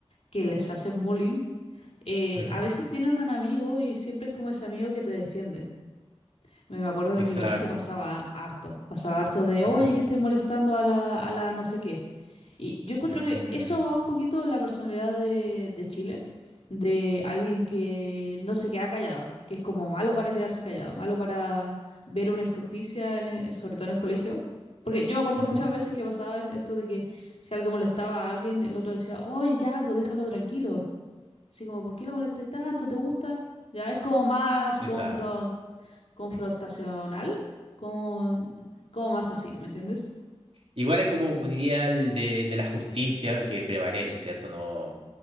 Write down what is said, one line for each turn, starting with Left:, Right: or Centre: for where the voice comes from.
Left: que les hacen bullying, eh,
Right: ujú,
Left: a veces tienen un amigo y siempre es como ese amigo que te defiende. Me acuerdo que
Right: Exacto.
Left: en mi colegio pasaba harto, pasaba harto de, oye,
Right: ujú,
Left: que estáis molestando a la, a la no sé qué. Y yo encuentro
Right: mm,
Left: que eso va un poquito en la personalidad de, de Chile, de alguien que no se queda callado, que es como malo para quedarse callado, malo para ver una injusticia, en el- sobre todo en el colegio. Porque yo me acuerdo
Right: ujú,
Left: muchas veces que pasaba esto de que si algo molestaba a alguien, el otro decía, oye, ya, pues déjalo tranquilo. Así como, ¿por qué lo molestáis tanto? ¿Te gusta? Ya es como más
Right: Exacto.
Left: confrontacional confrontacional, como, como más así, ¿me entiendes?
Right: Igual hay como un ideal de, de la justicia que prevalece, ¿cierto? No,